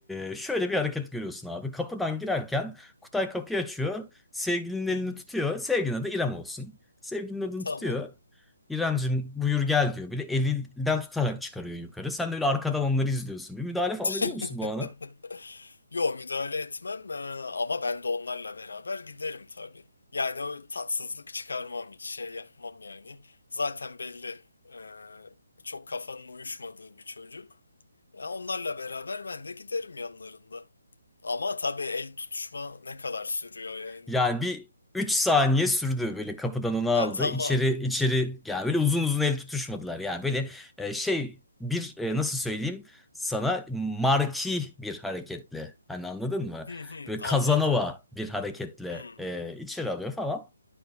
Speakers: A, in the centre; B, on the left (about 75°).
A: e, şöyle bir hareket görüyorsun abi. Kapıdan girerken Kutay kapıyı açıyor. Sevgilinin elini
B: Hı hı.
A: tutuyor. Sevgilinin adı İrem olsun. Sevgilinin adını
B: Tamam.
A: tutuyor. İremcim buyur gel diyor. Böyle elinden tutarak çıkarıyor yukarı. Sen de böyle arkadan onları izliyorsun. Bir müdahale falan
B: <laughs>
A: ediyor musun bu ana?
B: Yo müdahale etmem e, ama ben de onlarla beraber giderim tabii. Yani o tatsızlık çıkarmam hiç şey yapmam yani. Zaten belli e, çok kafanın uyuşmadığı bir çocuk. E, onlarla beraber ben de giderim yanlarında. Ama tabii el tutuşma ne kadar sürüyor yani.
A: Yani bir 3 saniye sürdü böyle kapıdan onu aldı.
B: Ha tamam.
A: İçeri içeri yani böyle uzun uzun el tutuşmadılar. Yani böyle e, şey bir e, nasıl söyleyeyim sana marki bir hareketle hani anladın mı?
B: Hı hı,
A: Böyle
B: anladım.
A: Kazanova bir hareketle
B: Hmm.
A: e, içeri alıyor falan.